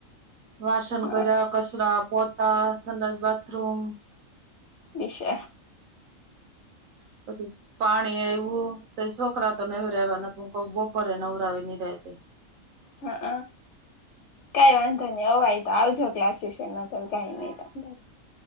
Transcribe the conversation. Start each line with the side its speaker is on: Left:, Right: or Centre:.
Right: વાસન
Left: હઅ
Right: કર્યા, કચરા પોતા, સંડાસ બાથરૂમ
Left: વિશે
Right: <unintelligible> પાણી એયવું તો છોકરા તો નવરાયવા નથી કે બપોરે નવરા આવી ની રાહતે
Left: હમ હ કઈ વાંધો નહી અવાય તો આવજો ક્લાસિસ નકર કઈ નઈ વાંધો.